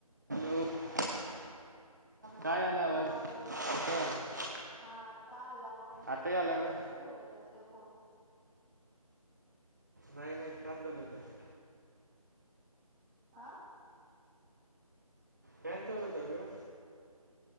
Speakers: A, on the right; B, in the centre.
A: <inaudible> काय
B: हा
A: आवाज कुठे
B: बोल.
A: आला
B: हा आता आला मगाशी
A: आता
B: कुठं
A: आला
B: कोपऱ्यात
A: होय
B: ठेवलेला का फोन?
A: नाही नाही काम चालू होत.
B: आं
A: काय चालल होता ग?